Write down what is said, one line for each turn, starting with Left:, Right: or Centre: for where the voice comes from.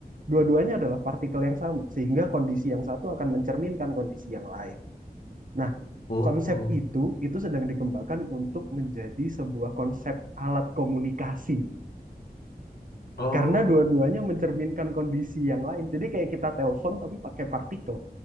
Right: Dua-duanya adalah partikel yang sama, sehingga kondisi yang satu akan mencerminkan kondisi yang lain. Nah,
Left: Oh,
Right: konsep
Left: oh,
Right: itu itu sedang dikembangkan untuk menjadi sebuah konsep alat komunikasi
Left: oh,
Right: karena dua-duanya mencerminkan kondisi yang lain. Jadi kayak kita telepon tapi pakai partikel